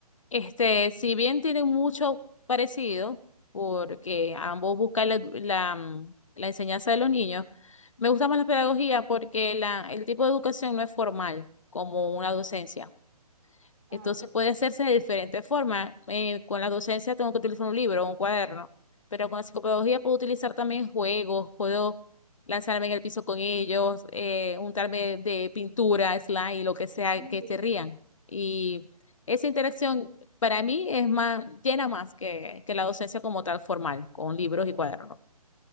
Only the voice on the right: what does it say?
Ah,
ok.
<laughs>
Sí.
Ok.